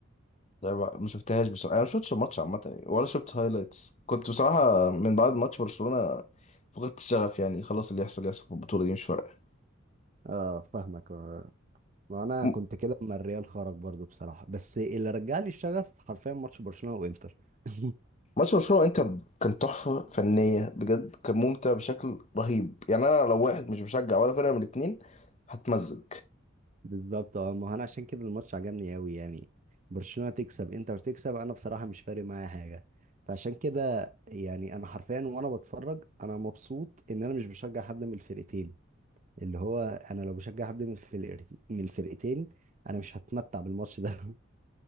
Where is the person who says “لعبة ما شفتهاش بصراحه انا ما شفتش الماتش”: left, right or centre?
Left